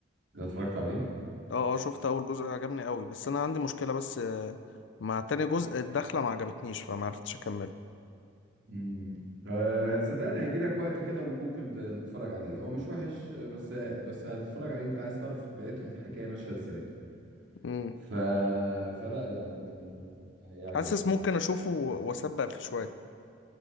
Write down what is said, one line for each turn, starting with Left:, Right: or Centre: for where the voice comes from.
Right: اللي اتفرجت عليه
Left: اه اه شفت اول جزء عجبني قوي بس انا عندي مشكلة بس آه، مع تاني جزء الدخلة ما عجبتنيش فما عرفتش اكمله
Right: امم أه صدقني هيجي لك وقت كده ممكن ت- تتفرج عليه هو مش وحش آه، بس بس هتتفرج عليه انت عايز تعرف بقيه الحكايه ماشيه ازاي
Left: امم
Right: ف فلا يعني هيعجبك
Left: حاسس ممكن
Right: برضه
Left: اشوفه و- واسبق فيه شوية